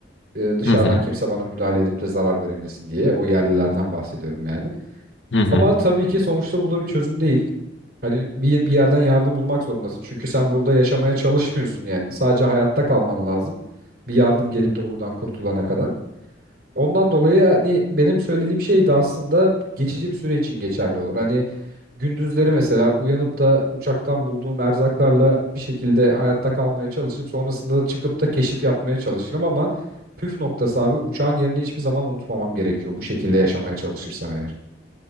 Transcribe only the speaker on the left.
Hı hı.
Hı hı.